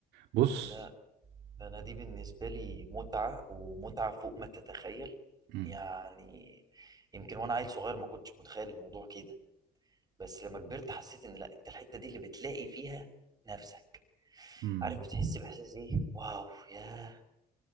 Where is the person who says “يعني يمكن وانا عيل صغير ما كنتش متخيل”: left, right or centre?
Right